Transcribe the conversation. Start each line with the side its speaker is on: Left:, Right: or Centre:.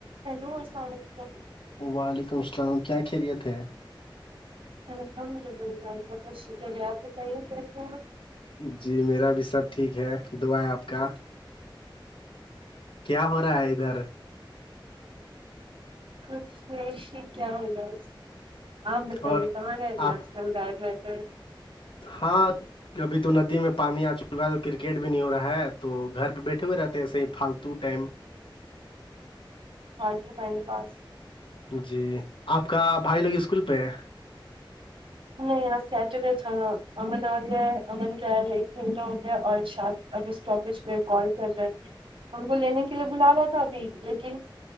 Right: ہیلو السلام علیکم
Left: وعلیکم السلام کیا خیریت ہے
Right: الحمد للہ الله کا شکر ہے آپ بتائیے کیسے ہیں آپ
Left: جی میرا بھی سب ٹھیک ہے دعا ہے آپ کا کیا ہو رہا ہے ادھر
Right: کچھ نہیں اسے کیا ہوگا اپ بتایی
Left: اور
Right: کھا رہتے
Left: آپ
Right: ہے اج کل گڑ رہتے
Left: ہاں ابھی تو ندی میں پانی آ چکا ہے تو کرکٹ بھی نہیں ہو رہا ہے تو گھر پہ بیٹھے ہوئے رہتے ہیں ایسے ہی پالتو ٹائم
Right: فالتو ٹائم پاس
Left: جی آپ کا بھائی لوگ اسکول پہ ہے
Right: نہیں آج سیٹرڈے تھا نا امن آ گیا ہے امن کا ائے ایک گھنٹہ ہو گیا ہے اور ارشاد اج اسٹاپیج پہ کال کر رہے ہم کو لینے کے لیے بلا رہا تھا ابھی لیکن